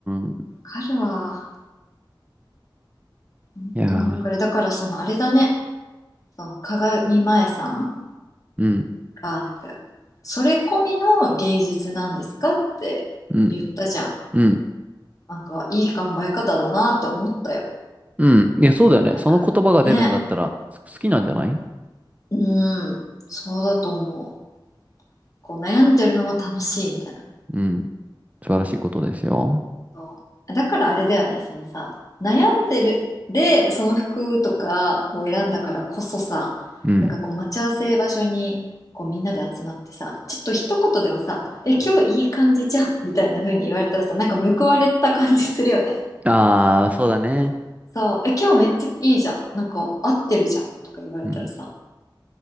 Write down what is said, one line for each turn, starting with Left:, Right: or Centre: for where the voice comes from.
Right: ー
Left: わかるわ。本当にわかる。
Right: いやー、
Left: だからそのあれだね。そう鏡前さん
Right: うん、
Left: が、なんか、それ込みの芸術なんですかって言ったじゃん。
Right: うん、うん、
Left: なんか、いい考え方だなって思ったよ。
Right: うん。いや、そうだよね。
Left: なんか、
Right: その言葉が出るんだったら、
Left: ね。
Right: す好きなんじゃない
Left: うん、うん、そうだと思う。こう、悩んでるのも楽しいみたいなね。
Right: うん、素晴らしいことですよ。
Left: うんそうだからあれだよねそのさ悩んでるでその服とかを選んだからこそさなんかこう待ち合わせ場所にこうみんなで集まってさちょっと一言でもさ「え今日いい感じじゃん」みたいな風に言われたらさなんか報われた感じするよね。
Right: うん。ああ、そうだね。
Left: うんそう「え今日めっちゃいいじゃんなんか合ってるじゃん」とか言われたらさ
Right: うん。